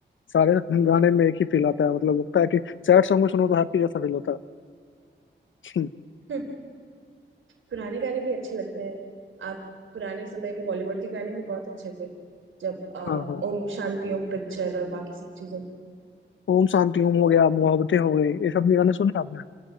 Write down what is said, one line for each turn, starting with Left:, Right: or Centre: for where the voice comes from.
Left: सारे <laughs> गाने में एक ही फील आता है मतलब लगता है कि सैड सॉन्ग में सुनो तो हैप्पी जैसा फील होता है
Right: हम्म, पुराने गाने भी अच्छे लगते हैं आप पुराने समय के बॉलीवुड के गाने भी बहुत अच्छे थे जब
Left: हाँ
Right: अ,
Left: हाँ
Right: ओम शांति ओम पिक्चर और बाकी सब चीजों की
Left: ओम शांति ओम हो गया मोहब्बतें हो गई ये सब भी गाने सुने आपने